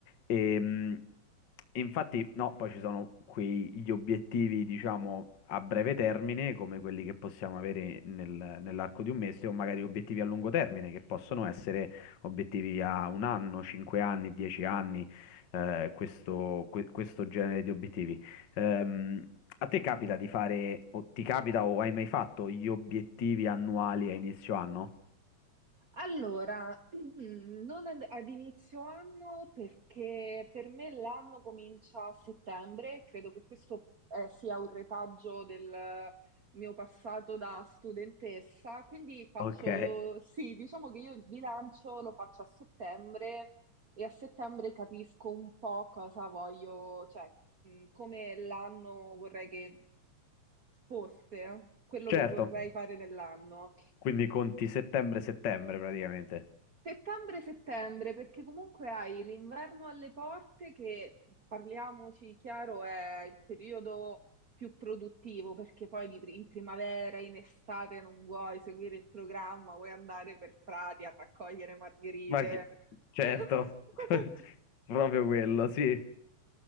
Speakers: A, on the left (about 45°); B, on the right (about 50°).
A: E, mh, infatti, no, poi ci sono quei, gli obiettivi, diciamo, a breve termine, come quelli che possiamo avere nel- nell'arco di un mese, o magari obiettivi a lungo termine, che possono essere obiettivi a un anno, cinque anni, dieci anni, eh, questo, que- questo genere di obiettivi. Ehm, a te capita di fare, o ti capita o hai mai fatto gli obiettivi annuali a inizio anno?
B: Allora, <clears throat> mm, non ad, ad inizio anno perché per me l'anno comincia a settembre, credo che questo eh, sia un retaggio del mio passato da studentessa, quindi faccio,
A: Ok,
B: sì, diciamo che io il bilancio lo faccio a settembre e a settembre capisco un po' cosa voglio, cioè mh, come l'anno vorrei che fosse, quello
A: certo.
B: che vorrei fare nell'anno.
A: Quindi conti settembre-settembre praticamente.
B: Settembre-settembre, perché comunque hai l'inverno alle porte che, parliamoci chiaro, è il periodo più produttivo, perché poi di pri- in primavera, in estate non vuoi seguire il programma, vuoi andare per prati a raccogliere margherite.
A: Ma che- certo,
B: <laughs>
A: <laughs> proprio quello, sì.